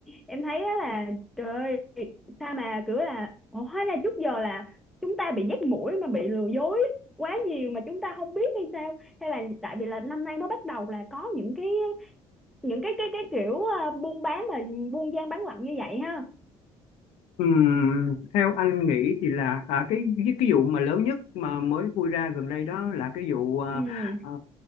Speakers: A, in the centre; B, on the left.
A: em thấy á là trời ơi, sao mà kiểu là ủa, hóa ra trước giờ là chúng ta bị dắt mũi mà bị lừa dối quá nhiều mà chúng ta không biết hay sao hay là tại vì là năm nay mới bắt đầu là có những cái những cái cái cái kiểu ờ, buôn bán mà buôn gian bán lận như vậy ha
B: Ừm, theo anh nghĩ thì là à, cái cái cái vụ mà lớn nhất mà mới vui ra gần đây đó là cái vụ à,
A: ừ
B: à,